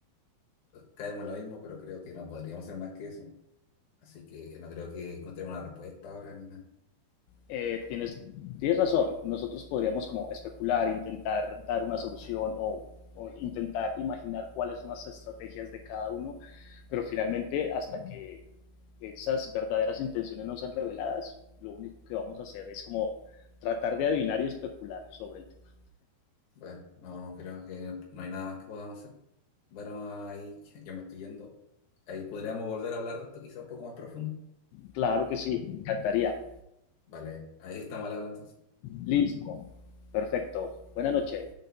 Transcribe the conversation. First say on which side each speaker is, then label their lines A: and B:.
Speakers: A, on the left; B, on the left.
A: Caemos en lo mismo, pero creo que no podríamos ser más que eso. Así que no creo que encontremos una respuesta ahora ni nada.
B: eh, tienes, tienes razón, nosotros podríamos como especular, intentar dar una solución o, o intentar imaginar cuáles son las estrategias de cada uno, pero finalmente hasta que esas verdaderas intenciones no sean reveladas, lo único que vamos a hacer es como tratar de adivinar y especular sobre el tema.
A: Bueno, no no creo que no hay nada más que podamos hacer. Bueno, ahí <laughs> ya me estoy yendo. Ahí podríamos volver a hablar de esto, quizá un poco más profundo.
B: Claro que sí, encantaría.
A: Vale, ahí estamos al habla
B: Listo, perfecto. Buenas noches.